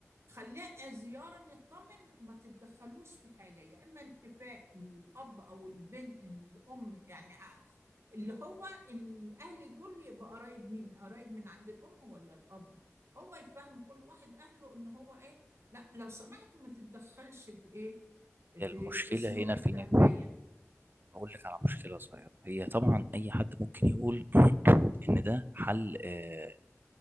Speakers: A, on the right (about 55°); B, on the right (about 40°).
A: خليها زيارة نطمن وما تتدخلوش في حاجة يا إما التفاء الأب أو البنت الأم يعني اللي هو الأهل دول يبقى قرايب مين؟ قرايب من عند الأم ولا الأب؟ هو يفهم كل واحد أهله إن هو إيه؟ لا لو سمحت ما تتدخلش في إيه؟
B: هي
A: في
B: المشكله
A: أسلوب
B: هنا
A: التربية
B: فين اقول لك على مشكله صغيره هي طبعا اي حد ممكن يقول <clears throat> ان ده حل آه